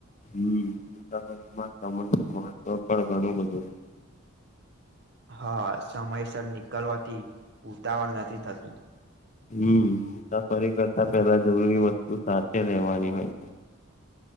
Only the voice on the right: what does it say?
હા સમયસર નીકળવાથી ઉતાવળ નથી થતું